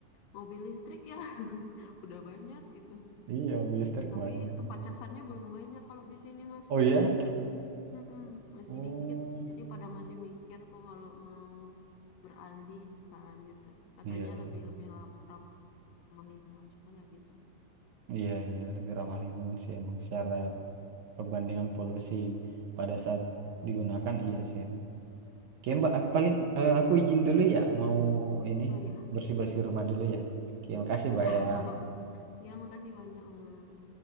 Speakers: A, on the left (about 80°); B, on the right (about 70°).
A: Mobil listrik ya <laughs> udah banyak gitu.
B: Iya, mobil listrik
A: Tapi
B: banyak.
A: tempat casannya belum banyak kalau di sini Mas.
B: Oh iya?
A: Mm, mm, masih
B: Oh,
A: dikit. Jadi pada masih mikir tuh kalau mau beralih kan gitu. Katanya
B: iya, iya.
A: lebih lebih lam- ramah lingkungan cuman ya gitu.
B: Iya, iya, lebih ramah lingkungan sih emang. Secara perbandingan polusi pada saat
A: Mm,
B: digunakan,
A: mm.
B: iya sih emang. Oke, Mbak, aku paling eh, aku izin dulu ya, mau ini
A: Oh ya,
B: bersih-bersih rumah dulu ya. Oke, makasih,
A: siap.
B: Mbak
A: <laughs>
B: ya.
A: Ya makasih banyak Mas.